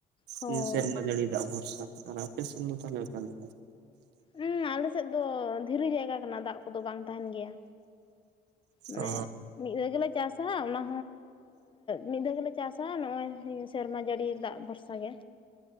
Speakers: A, on the left; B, on the right.
A: ᱦᱳᱭ
B: ᱦᱩᱸ ᱥᱮᱨᱢᱟ ᱡᱟᱹᱲᱤ ᱫᱟᱜ ᱵᱚᱨᱥᱟ ᱟᱨ ᱟᱯᱮ ᱥᱮᱱ ᱫᱚ ᱛᱟᱦᱚᱞᱮ ᱚᱠᱟ ᱞᱮᱠᱟ <inaudible>
A: ᱦᱮᱸ ᱟᱞᱮ ᱥᱮᱫ ᱫᱚ ᱫᱷᱤᱨᱤ ᱡᱟᱭᱜᱟ ᱠᱟᱱᱟ ᱫᱟᱜ ᱠᱚᱫᱚ ᱵᱟᱝ ᱛᱟᱦᱮᱱ ᱜᱮᱭᱟ ᱢᱟᱱᱮ
B: ᱚ
A: ᱢᱤᱫ ᱫᱷᱟᱣ ᱜᱮᱞᱮ ᱪᱟᱥᱟ ᱚᱱᱟ ᱢᱤᱫ ᱫᱷᱟᱣ ᱜᱮᱞᱮ ᱪᱟᱥᱟ ᱱᱚᱜ ᱥᱮᱨᱢᱟ ᱡᱟᱹᱲᱤ ᱫᱟᱜ ᱵᱷᱚᱨᱥᱟ ᱥᱟᱜᱮ